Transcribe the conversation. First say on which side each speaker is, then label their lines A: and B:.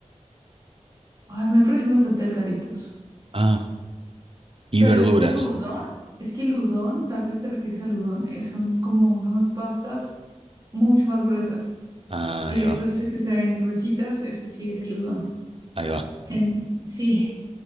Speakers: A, on the right; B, on the right.
A: ah, me parecen bastante delgaditos.
B: Ah, y
A: Pero
B: verduras.
A: es que el udon, es que el udon, tal vez te refieres al udon, es- son como unas pastas mucho más gruesas.
B: Ah,
A: Y
B: ahí
A: esas
B: va,
A: sí que se ven gruesitas, eso sí es el udon.
B: ahí va.
A: En- sí,